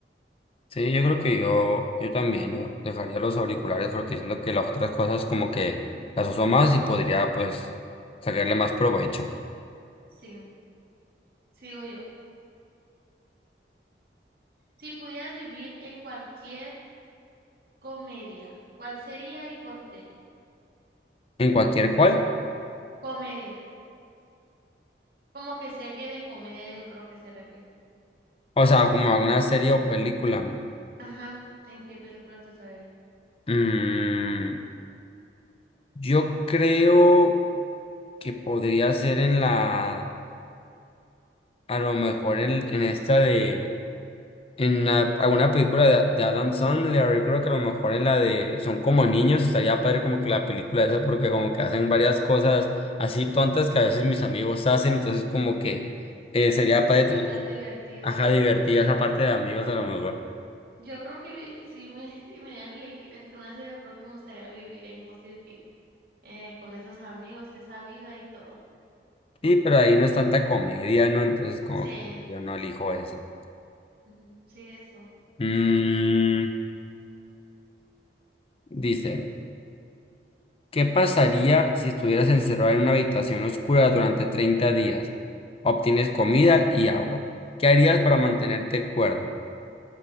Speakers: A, on the left; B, on the right.
A: Sí, yo creo que yo, yo también ¿no? dejaría los auriculares porque siento que las otras cosas como que las uso más y podría pues sacarle más provecho.
B: Sí, sigo yo. Si pudieras vivir en cualquier comedia, ¿cuál sería y por qué?
A: En cualquier cual,
B: Comedia. Como que serie de comedia yo creo que se refiere.
A: o sea, como alguna serie o película.
B: Ajá, ¿en qué película tú sabes?
A: mm, yo creo que podría ser en la, a lo mejor en, en esta de En la- alguna película de, de Adam Sandler, yo creo que a lo mejor en la de Son como niños, estaría padre como que la película esa, porque como que hacen varias cosas así tontas que a veces mis amigos hacen, entonces como que eh, sería padre tener,
B: Va a estar divertido,
A: ajá,
B: ¿no?
A: divertida esa parte de amigos a lo mejor.
B: Yo creo que vi- si me, <laughs> si me dieran a elegir entre una serie, yo creo que me gustaría vivir en Gossip Girl, eh, con esos amigos, esa vida y todo.
A: Sí, pero ahí no es tanta comedia, ¿no? Entonces como
B: Sí,
A: que yo no elijo eso.
B: Ujú, Sí, eso.
A: Mm, dice. ¿Qué pasaría si estuvieras encerrado en una habitación oscura durante 30 días? Obtienes comida y agua. ¿Qué harías para mantenerte cuerdo?